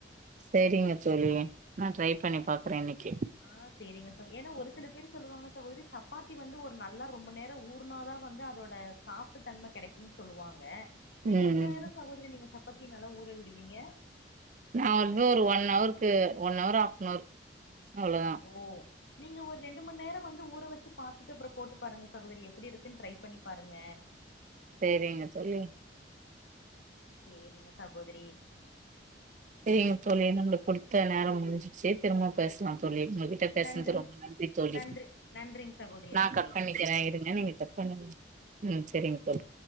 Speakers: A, on the right (about 45°); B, on the left (about 70°).
A: சேரிங்க தோழி நா ட்ரை பண்ணி பாக்குற இன்னக்கி
B: ஆ செரிங்க தோ ஏனா ஒரு சில பேரு சொல்லுவாங்க சகோதரி சப்பாத்தி வந்து ஒரு நல்லா ரொம்ப நேரோ ஊர்னாதா வந்து அதோட சாப்ட்டு தன்மை கெடைக்கும்னு சொல்லுவாங்க நீங்க
A: ம்.
B: எவ்வளோ
A: ம்.
B: நேரோ சகோதரி நீங்க சப்பாத்தி நல்லா ஊற விடுவீங்க
A: நா வந்து ஒரு ஒன் ஹவருக்கு ஒன் ஹவர் ஹாப்னவர் அவ்ளோதா
B: ஓ நீங்க ஒரு ரெண்டுமணேநேரோவந்து ஊறவச்சு பாத்துட்டு அப்றோ போட்டு பாருங்க சகோதரி எப்டி இருக்குன்னு ட்ரை பண்ணி பாருங்க
A: சேரிங்க தோழி
B: சேரிங்க சகோதரி
A: சேரிங்க தோழி நம்மளுக்கு கொடுத்த நேரோ முஞ்சிச்சி திரும்வு பேசலா தோழி <unintelligible> ட்ட பேஸ்னது
B: நன்றிங்
A: ரொம்ப நன்றி தோழி
B: நன்றி நன்றிங் சகோதரி
A: நா
B: நன்றி
A: கட் பண்ணிட்ட வெக்கிறே இருங்க நீங்க கட்பண்ணுங்க ம் சரிங்க தோலி